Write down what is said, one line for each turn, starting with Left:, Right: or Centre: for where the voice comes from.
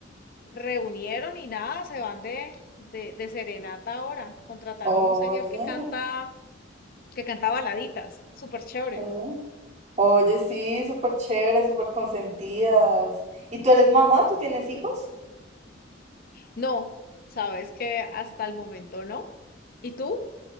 Left: reunieron y nada, se van de, de, de serenata ahora. Contrataron
Right: oye,
Left: un señor que canta, que canta baladitas, súper chévere.
Right: sí. Oye, sí, súper chévere, súper consentidas. ¿Y tú eres mamá? ¿Tú tienes hijos?
Left: No, sabes que hasta el momento no. ¿Y tú?